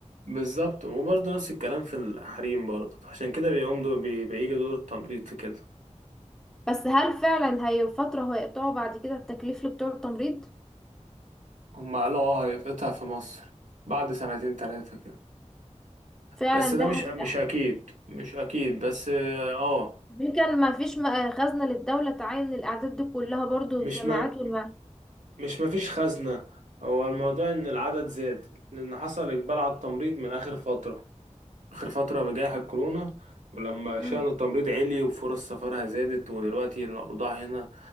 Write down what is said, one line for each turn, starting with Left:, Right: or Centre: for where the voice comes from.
Right: بالظبط وبرضه نفس الكلام في الحريم برضه فعشان كده بيقوم دور بي- بيجي دور التمريض في كده
Centre: بس هل فعلا هي فترة هيقطعوا بعد كده التكليف اللي بتوع التمريض
Right: هم قالوا اه هيتقطع في مصر بعد سنتين تلاتة كده
Centre: فعلا
Right: بس ده
Centre: ده
Right: مش
Centre: هتبقى
Right: مش
Centre: ح-
Right: اكيد مش اكيد بس اه
Centre: يمكن ما فيش م- خزنة للدولة تعين الأعداد دي كلها برضو
Right: مش
Centre: الجامعات
Right: ما
Centre: والمع
Right: مش مفيش خزنة هو الموضوع إن العدد زاد لأن حصل إقبال على التمريض من آخر فترة آخر فترة بجائحة كورونا ولما شأن
Centre: مم.
Right: التمريض عالي وفرص سفرها زادت ودلوقتي الأوضاع هنا